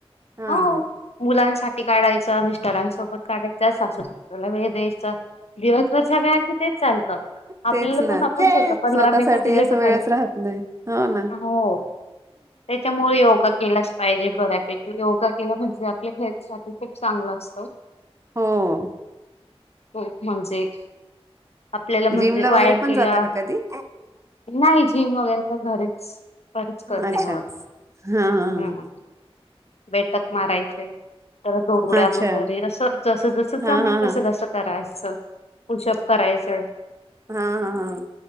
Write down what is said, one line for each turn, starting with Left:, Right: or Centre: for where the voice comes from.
Right: हा.
Left: हो मुलांसाठी ी काढायं मिस्टरांसोबत काढायचं सासूस ला वेळ द्यायचं दिवसभर ज काय तेच चालतं आपल्याला
Right: तेच ना
Left: पण पण स पंधरा
Right: स्वतःसाठी
Left: मिनिटात दिले
Right: असं
Left: तर
Right: वेळच
Left: पाहिजे
Right: राहत नाही हो ना.
Left: हो त्याच्यामुळे योगा केला. पाहिजे बऱ्यापैकी योगा केला म्हणजे आपल्या हेल्थ साठी खूप चांगला असतो.
Right: हो.
Left: हो म्हणजे? आपल्याला म्हणजे
Right: जिम
Left: व्यायाम
Right: ला वगैरे पण
Left: केला
Right: जाता का कधी?
Left: नाही जिम वगैरे म घरीच घरीच करते
Right: अच्छा
Left: मी वर्क
Right: हा हा
Left: हम्म बैठक मारायचे तर दोरउड्या
Right: हा अच्छा
Left: वगैरे.. असं जसं जसं
Right: हा
Left: जमेल
Right: हा
Left: तसं
Right: हा.
Left: तसं करायचं पुशप करायचे
Right: हा हा हा...